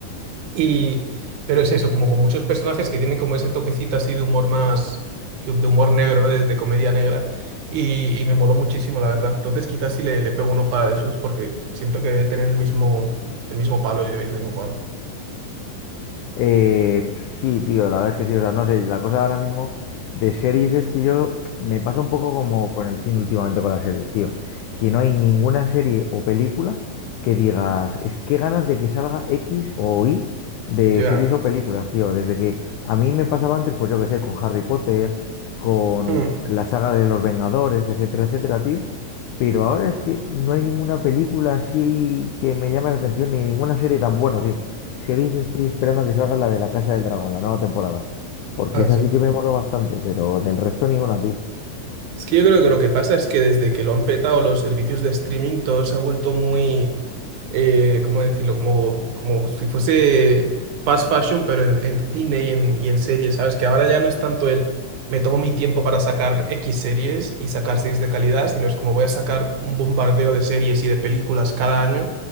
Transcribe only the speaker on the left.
Eh, sí, tío, la verdad es que sí. O sea, no sé, la cosa ahora mismo de series es que yo me pasa un poco como con el cine últimamente con las series, tío. Que no hay ninguna serie o película que digas, es que ganas de que salga X o Y de
series o películas, tío. Desde que a mí me pasaba antes, pues yo qué sé, con Harry Potter, con
la saga de los Vengadores, etcétera, etcétera, tío. Pero ahora es que no hay ninguna película así que me llame la atención, ni ninguna serie tan bueno, sí. Series estoy esperando a que salga la de La Casa del Dragón, la nueva temporada, porque
esa
sí que me moló bastante, pero del resto ni una, tío.